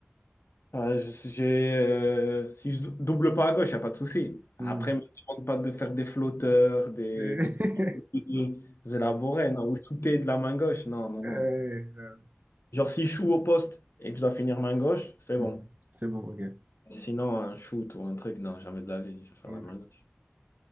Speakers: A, on the left (about 70°); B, on the right (about 45°).
A: Euh, j- j'ai, euh, si je dou- double pas à gauche, il n'y a pas de souci.
B: Hmm.
A: Après, ne me demande pas de faire des flotteurs, des,
B: Euh,
A: des
B: <laughs>
A: trucs plus élaborés, non, ou shooter de la main gauche. Non, non, non.
B: euh,
A: Genre, si je joue au poste et que je dois finir main gauche, c'est
B: mhm.
A: bon.
B: C'est bon, ok. Euh,
A: Sinon, un shoot ou un truc, non, jamais de la vie, je vais faire
B: Je
A: la main gauche.